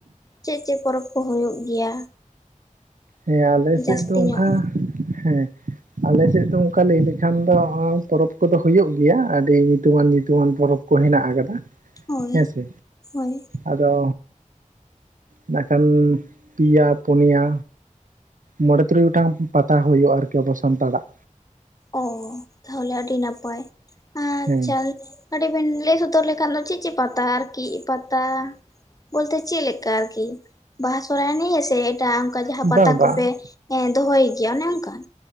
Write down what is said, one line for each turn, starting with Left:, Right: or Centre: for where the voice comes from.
Left: ᱪᱮᱫ ᱪᱮᱫ ᱯᱚᱨᱚᱵᱽ ᱠᱚ ᱦᱩᱭᱩᱜ ᱜᱮᱭᱟ?
Right: ᱦᱮᱸ ᱟᱞᱮ ᱥᱮᱫ
Left: ᱡᱟᱹᱥᱛᱤ
Right: ᱫᱚ ᱚᱝᱠᱟ
Left: ᱧᱚᱜ
Right: ᱦᱮᱸ ᱟᱞᱮ ᱥᱮᱫ ᱫᱚ ᱚᱝᱠᱟ ᱞᱟᱹᱭ ᱞᱮᱠᱷᱟᱱ ᱫᱚ ᱯᱚᱨᱚᱵᱽ ᱠᱚᱫᱚ ᱦᱩᱭᱩᱜ ᱜᱮᱭᱟ, ᱟᱹᱰᱤ ᱧᱩᱛᱩᱢᱟᱱ ᱧᱩᱛᱩᱢᱟᱱ ᱯᱚᱨᱚᱵᱽ ᱠᱚ ᱦᱮᱱᱟᱜ ᱟᱠᱟᱫᱟ᱾
Left: ᱦᱳᱭ
Right: ᱦᱮᱸᱥᱮ
Left: ᱦᱳᱭ ᱾
Right: ᱟᱫᱚ ᱱᱟᱠᱷᱟᱱ ᱯᱮᱭᱟ, ᱯᱚᱱᱮᱭᱟ, ᱢᱚᱬᱮ, ᱛᱩᱨᱩᱭ ᱜᱚᱴᱟᱝ ᱯᱟᱛᱟ ᱦᱩᱭᱩᱜᱼᱟ ᱟᱨᱠᱤ ᱟᱵᱚ ᱥᱟᱱᱛᱟᱲᱟᱜ᱾
Left: ᱚ ᱛᱟᱦᱚᱞᱮ ᱟᱹᱰᱤ ᱱᱟᱯᱟᱭ, <unintelligible>
Right: ᱦᱮᱸ
Left: ᱠᱟᱹᱴᱤᱡ ᱵᱮᱱ ᱞᱟᱹᱭ ᱥᱚᱫᱚᱨ ᱞᱮᱠᱷᱟᱱ ᱫᱚ ᱪᱮᱫ ᱪᱮᱫ ᱯᱟᱛᱟ ᱟᱨᱠᱤ ᱯᱟᱛᱟ ᱵᱚᱞᱛᱮ ᱪᱮᱫ ᱞᱮᱠᱟ ᱟᱨᱠᱤ ᱵᱟᱦᱟ ᱥᱚᱨᱚᱦᱟᱭ ᱱᱤᱭᱮ ᱥᱮ ᱮᱴᱟᱜ ᱚᱝᱠᱟ ᱡᱟᱦᱟᱸ
Right: ᱵᱟᱝ
Left: ᱯᱟᱛᱟ
Right: ᱵᱟᱝ
Left: ᱠᱚᱯᱮ ᱮᱸ ᱫᱚᱦᱚᱭ ᱜᱮᱭᱟ ᱚᱱᱮ ᱚᱝᱠᱟᱱ?